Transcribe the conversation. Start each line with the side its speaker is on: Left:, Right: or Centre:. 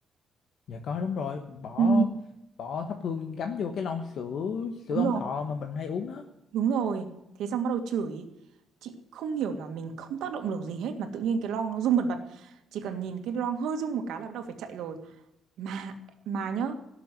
Left: <laughs> dạ có đúng rồi bỏ
Right: Ừ,
Left: bỏ thắp hương gắm vô cái lon sữa sữa
Right: Đúng
Left: ông
Right: rồi.
Left: thọ mà mình hay uống đó
Right: đúng rồi thế xong bắt đầu chửi chị không hiểu là mình không tác động được gì hết mà tự nhiên cái lon nó rung bần bật chỉ cần nhìn cái lon hơi rung một cái là bắt đầu phải chạy rồi mà mà nhá